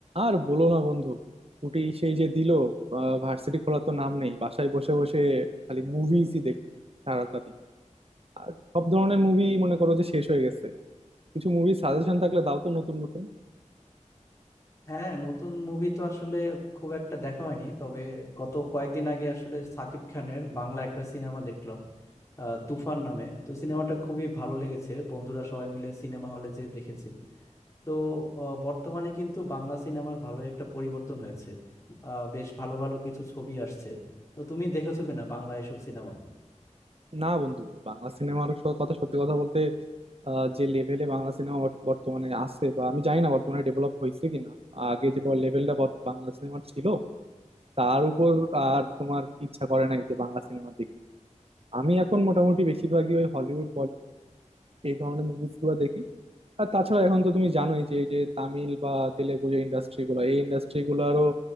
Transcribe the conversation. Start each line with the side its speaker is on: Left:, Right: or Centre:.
Right: আর বলো না বন্ধু ছুটি সেই যে দিল ভার্সিটি খোলা তো নাম নেই বাসায় বসে বসে খালি মুভিজই দেখছি সারাটা দিন আর সব ধরনের মুভি মনে করো যে শেষ হয়ে গেছে কিছু মুভি সাজেশন থাকলে দাও তো নতুন নতুন
Left: হ্যাঁ নতুন মুভি তো আসলে খুব একটা দেখা হয়নি তবে গত কয়েকদিন আগে আসলে সাকিব খানের বাংলা একটা সিনেমা দেখলাম আহ, তুফান নামে তো সিনেমাটা খুবই ভালো লেগেছে বন্ধুরা সবাই মিলে সিনেমা হলে যেয়ে দেখেছি তো আহ, বর্তমানে কিন্তু বাংলা সিনেমার ভালো একটা পরিবর্তন হয়েছে আহ, বেশ ভালো ভালো কিছু ছবি আসছে তো তুমি দেখেছো কিনা বাংলা এসব সিনেমা
Right: না বন্ধু বাংলা সিনেমার কথা সত্যি কথা বলতে আহ, যে লেভেলে বাংলা সিনেমা বর্তমানে আছে বা আমি জানি না বর্তমানে ডেভেলপ হয়েছে কিনা আগে যে লেভেলটা বাংলা সিনেমার ছিল তার উপর আর তোমার ইচ্ছা করে নাই যে বাংলা সিনেমা দেখি আমি এখন মোটামুটি বেশিরভাগই ওই হলিউড এই ধরনের মুভিস গুলো দেখি আর তাছাড়া এখন তো তুমি জানোই যে এই যে তামিল বা তেলেগু যে ইন্ডাস্ট্রি গুলো এই ইন্ডাস্ট্রি গুলারও